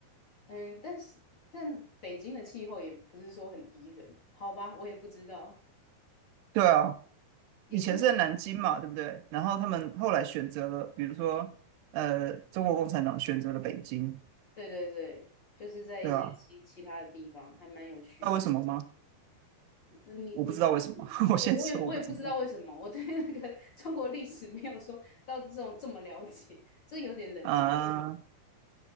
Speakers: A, on the left; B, on the right.
A: 嗯，但是但北京的气候也不是说很宜人，好吧，我也不知道，
B: 对啊。
A: 也是很
B: 以前是在南京嘛，对不对？然后他们后来选择了，比如说，呃，中国共产党选择了北京，
A: 对对对，就是在一些其其他的地方还蛮有趣的。
B: 对吧？知道为什么吗？
A: 嗯你你知道为什么吗？
B: 我不知道为什么，<laughs>
A: 我我也我也不知道为什么，
B: 我先说我不知道
A: 我对那个 <laughs> 中国历史没有说到这种这么了解，这有点冷知识。
B: 啊。